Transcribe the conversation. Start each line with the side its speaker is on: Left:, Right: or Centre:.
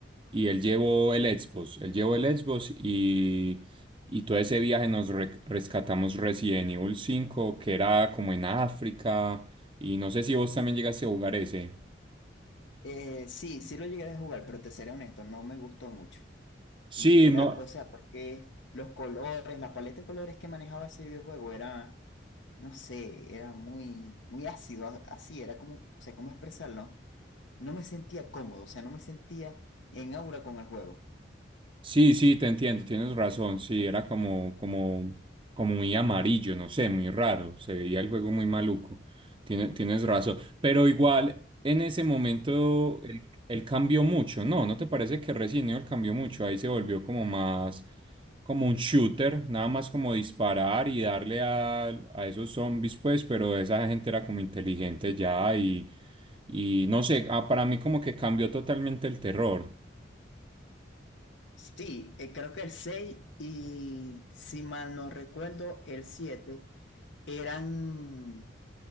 Right: y él llevó el Xbox. Él llevó el Xbox y, y todo ese viaje nos re- rescatamos Resident Evil cinco que era como en África. Y no sé si vos también llegaste a jugar ese.
Left: Eh, sí, sí lo llegué a jugar, pero te seré honesto, no me gustó mucho.
Right: Sí,
Left: Era,
Right: no,
Left: o sea, porque los colores, la paleta de colores que manejaba ese videojuego era, no sé, era muy, muy ácido, a- así, era como, o sea, cómo expresarlo. No me sentía cómodo, o sea, no me sentía en aura con el juego.
Right: Sí, sí, te entiendo, tienes razón, sí, era como, como, como muy amarillo, no sé, muy raro, se veía el juego muy maluco, tiene- tienes razón, pero igual en ese momento él, él cambió mucho, ¿no? ¿No te parece que Resident Evil cambió mucho? Ahí se volvió como más, como un shooter, nada más como disparar y darle a, a esos zombies, pues, pero esa gente era como inteligente ya y, y no sé, ah, para mí como que cambió totalmente el terror.
Left: Sí, eh, creo que el 6 y si mal no recuerdo, el 7 eran,